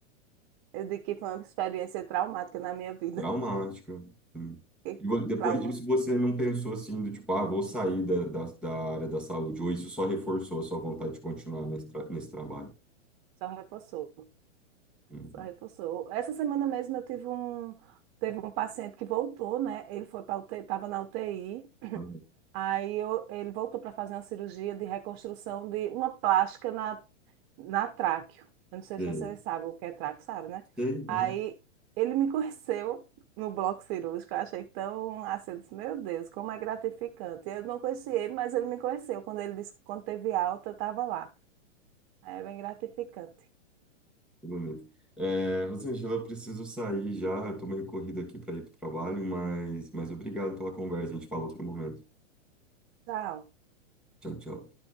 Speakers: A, on the right (about 35°); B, in the centre.
A: Eu digo que foi uma experiência traumática na minha vida.
B: Traumática. sim.
A: <laughs> Fiquei
B: E
A: com
B: vo- depois
A: trauma.
B: disso, você não pensou assim, do tipo, ah, vou sair da, da, da área da saúde, ou isso só reforçou a sua vontade de continuar nesse, tra- nesse trabalho?
A: Só reforçou,
B: Uhum.
A: só reforçou. Essa semana mesmo eu tive um, teve um paciente que voltou, né? Ele foi para UTI, estava na UTI.
B: Ah,
A: Aí eu- ele voltou para fazer uma cirurgia de reconstrução de uma plástica na, na tráqueo. Eu não sei
B: Sei,
A: se você sabe o que é tráqueo, sabe, né?
B: sei,
A: Aí
B: aham,
A: ele me <laughs> conheceu no bloco cirúrgico. Eu achei tão assim, eu disse, meu Deus, como é gratificante. Eu não conheci ele, mas ele me conheceu. Quando ele disse que quando teve alta, eu estava lá. Aí é bem gratificante.
B: que bonito. É, Rosângela, eu preciso sair já, eu tô meio corrido aqui para ir para o trabalho, mas, mas obrigado pela conversa, a gente fala outro momento.
A: Tchau.
B: Tchau, tchau.